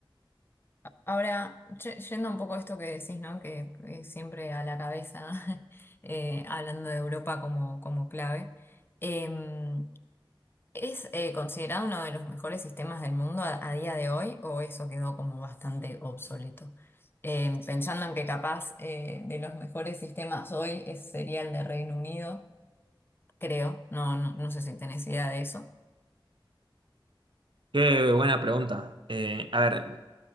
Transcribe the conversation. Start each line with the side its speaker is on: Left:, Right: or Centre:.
Left: Ahora, ye- yendo un poco a esto que decís, ¿no? Que eh, siempre a la cabeza, <laughs> eh, hablando de Europa como, como clave, em, ¿es eh, considerado uno de los mejores sistemas del mundo a, a día de hoy o eso quedó como bastante obsoleto? Em, pensando en que capaz eh, de los mejores sistemas hoy es, sería el de Reino Unido, creo, no, no, no sé si tenés idea de eso.
Right: Qué buena pregunta. Eh, a ver,